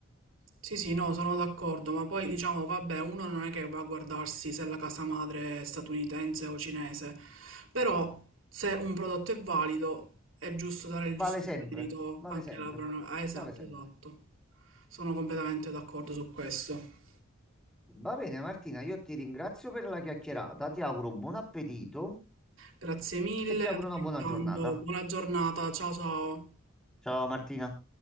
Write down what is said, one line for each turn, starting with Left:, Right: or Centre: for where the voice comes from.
Right: Sì, sì, no, sono d'accordo, ma poi diciamo, vabbè, uno non è che va a guardarsi se la casa madre è statunitense o cinese, però se un prodotto è valido è giusto dare il
Centre: Vale
Right: giusto
Centre: sempre,
Right: merito
Centre: vale
Right: anche
Centre: sempre,
Right: alla prono- Ah, esatto,
Centre: vale sempre.
Right: esatto. Sono completamente d'accordo su questo.
Centre: Va bene, Martina, io ti ringrazio per la chiacchierata, ti auguro buon appetito
Right: Grazie mille,
Centre: e ti
Right: altrettanto,
Centre: auguro una buona giornata.
Right: buona giornata, ciao ciao.
Centre: Ciao Martina.